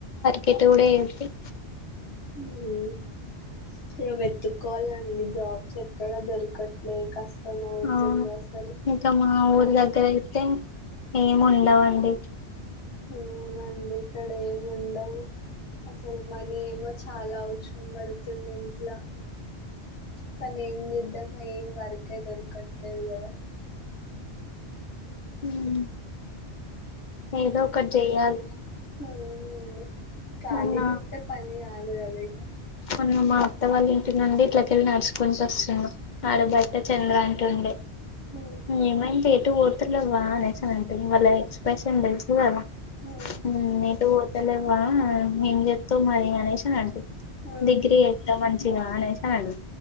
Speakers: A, on the left; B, on the left.
A: పెట్టుడే <unintelligible>
B: ఉమ్ ఇగా వెతుక్కోవాలండి జాబ్స్ ఎక్కడ దొరకట్లే, కష్టం అవుతుంది
A: అవును
B: అస ఉమ్
A: మా ఊరి దగ్గర ఎత్తే ఏం ఉండవండి.
B: ఉమ్ అండి ఇక్కడ ఏం ఉండవ్. అసల్ మనీ ఏమో, చాలా అవసరం బడుతుంది ఇంట్లా. కానీ ఏం చేద్దం, ఏం వర్కే దొరకట్లేదు గద.
A: ఉమ్ ఏదో ఒకటి చెయ్యాలి
B: ఉమ్ అవును ఖాళీగా
A: మొన్న
B: ఉంటే పని కాదు కదా
A: మనం మా అత్త వాళ్ల ఇంటి నుండి ఇట్లాకెళ్ళి నడుచుకుని వస్తున్నా
B: ఉమ్,
A: అడూ బయట చంద్ర అంట ఉండే
B: ఉమ్,
A: ఏమైంది ఎటు ఎటు పోతలేవా వాళ్ళ ఎక్స్ప్రెషన్ తెలుసు కదా
B: ఆ
A: ఉమ్ ఎట్టు పోతలేవా మేం చెప్తా మది అనేసి అని అంటడు
B: ఆ
A: డిగ్రీ చేస్తా మంచిగా అనేసి అనఅండు